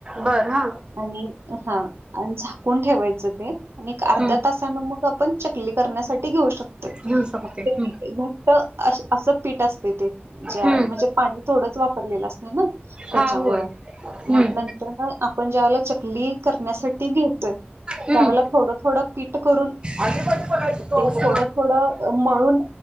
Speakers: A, on the right; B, on the right.
A: बर हा
B: आणि हा आणि झाकून ठेवायचं ते आणि
A: हम्म
B: अर्धा तासान मग आपण. चकली करण्यासाठी घेऊ शकतो
A: घेऊ शकते
B: मग
A: हम्म
B: ते मी घा. असं पीठ असते ते ज्या
A: हम्म
B: म्हणजे पाणी थोडंच वापरलेलं असते ना. त्याच्यामुळं
A: हा होय हम्म
B: मग नंतर ना आ.. पण ज्यावेळेला चकली करण्यासाठी घेतोय.
A: हम्म
B: त्यावेळला थोडं थोडं पीठ करून.
A: आधी बघायची तो
B: ते
A: असं
B: थोडं थोडं अ मळून.